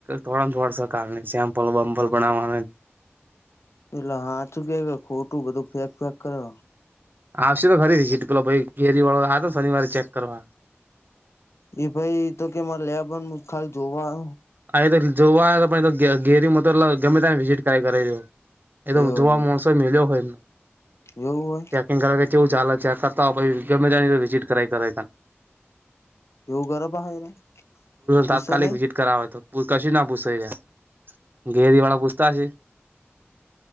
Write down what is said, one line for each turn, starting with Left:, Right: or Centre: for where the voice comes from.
Right: થોડા થોડા સરકાર ચેમ્પલ બમપલ બનાવા.
Left: એટલે હાચ ગ ખોટું બધું ફેંક ફેંક કરે.
Right: આવશે ને ખરીીટ પેલો ભાઈ ઘેરી વાળો આ તો શનિવારે ચેક કરવા
Left: એ ભાઈ તો કે મારે લે ખા જોવા
Right: અ તો જોવા તો પણ ઘેરમાં તો ગમે તને વિઝિટ કરાય કરેું એ તો
Left: એવું
Right: જોવા માણસોય મેલ્યો હોય એમ્યા
Left: એવું હોય
Right: એ કર કેવું ચાલે છે આ કરતા હો ગમે તની વિઝટ કરાઈ કર
Left: એવું કરે પાહે પૂછે
Right: તાત્કાલિક
Left: નહી
Right: વિઝિટ કરાવવા તો પ કશ ના પૂછાય છે ઘેરી વાળ પૂછતા અશે